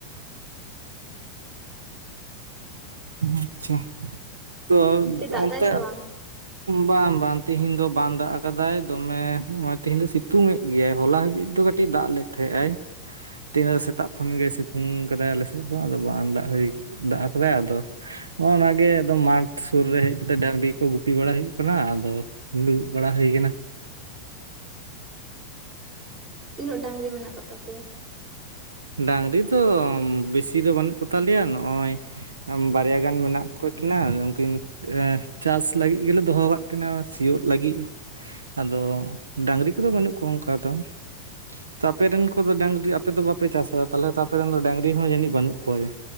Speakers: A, on the right (about 75°); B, on the right (about 30°).
A: ᱟᱪᱪᱷᱟ, ᱛᱚ
B: ᱫᱟᱜ
A: ᱚᱱᱛᱮ
B: ᱫᱟᱭ ᱥᱮ ᱵᱟᱝ
A: ᱵᱟᱝ ᱵᱟᱝ, ᱛᱤᱦᱤᱧ ᱫᱚ ᱵᱟᱝ ᱫᱟᱜ ᱟᱠᱟᱫᱟᱭ ᱫᱚᱢᱮ ᱱᱚᱜ-ᱚᱭ ᱛᱤᱦᱤᱧ ᱫᱚ ᱥᱤᱛᱩᱝ ᱮᱫ ᱜᱮᱭᱟᱭ, ᱦᱚᱞᱟ ᱦᱟᱹᱵᱤᱡ ᱫᱚ ᱠᱟ ᱴᱤᱡ ᱫᱟᱜ ᱞᱮᱫ ᱛᱟᱦᱮᱸᱜ-ᱟᱭ᱾ ᱛᱤᱦᱤᱧ ᱫᱚ ᱥᱮᱛᱟᱜ ᱠᱷᱚᱱᱜᱮ ᱥᱤᱛᱩᱝ ᱠᱟᱫᱟᱭ ᱟᱞᱮ ᱥᱮᱫ ᱫᱚ᱾ ᱟᱫᱚ ᱵᱟᱝ ᱫᱟᱜ ᱦᱩᱭ ᱫᱟᱜ ᱟᱠᱟᱫᱟᱭ ᱟᱫᱚ ᱱᱚᱜ-ᱚᱱᱟᱜᱮ ᱮᱠᱫᱚᱢ ᱢᱟᱴᱷ ᱥᱩᱨ ᱨᱮ ᱦᱮᱡ ᱠᱟᱛᱮᱫ ᱰᱟᱝᱨᱤ ᱠᱚ ᱜᱩᱯᱤ ᱵᱟᱲᱟ ᱦᱩᱭᱩᱜ ᱠᱟᱱᱟ᱾ ᱟᱫᱚ ᱫᱩᱲᱩᱵ ᱵᱟᱲᱟ ᱦᱩᱭ ᱠᱟᱱᱟ᱾
B: ᱛᱤᱱᱟᱹᱜ ᱰᱟᱝᱨᱤ ᱢᱮᱱᱟᱜ ᱠᱚ ᱛᱟᱯᱮᱭᱟ?
A: ᱰᱟᱝᱨᱤ ᱫᱚ ᱵᱤᱥᱤ ᱫᱚ ᱵᱟᱹᱱᱩᱜ ᱠᱚᱛᱟᱞᱮᱭᱟ ᱱᱚᱜ-ᱚᱭ ᱵᱟ ᱵᱟᱨᱭᱟ ᱜᱟᱱ ᱢᱮᱱᱟᱜ ᱠᱚ ᱠᱤᱱᱟ ᱩᱱᱠᱤᱱ ᱮᱸᱻ ᱪᱟᱥ ᱞᱟᱹᱜᱤᱫ ᱜᱮᱞᱮ ᱫᱚᱦᱚ ᱟᱠᱟᱫ ᱠᱤᱱᱟᱹ ᱥᱤᱭᱳᱜ ᱞᱟᱹᱜᱤᱫ᱾ ᱟᱫᱚ ᱰᱟᱝᱨᱤ ᱠᱚᱫᱚ ᱵᱟᱹᱱᱩᱜ ᱠᱚᱣᱟ ᱚᱝᱠᱟ ᱫᱚ᱾ ᱛᱚ ᱟᱯᱮ ᱨᱮᱱ ᱠᱚᱫᱚ ᱰᱟᱝᱨᱤ, ᱟᱯᱮ ᱫᱚ ᱵᱟᱯᱮ ᱪᱟᱥᱫᱟ ᱛᱟᱦᱞᱮ ᱛᱚ ᱟᱯᱮᱨᱮᱱ ᱫᱚ ᱰᱟᱝᱨᱤ ᱦᱚᱸ ᱡᱟᱹᱱᱤᱡ ᱵᱟᱹᱱᱩᱜ ᱠᱚᱣᱟ᱾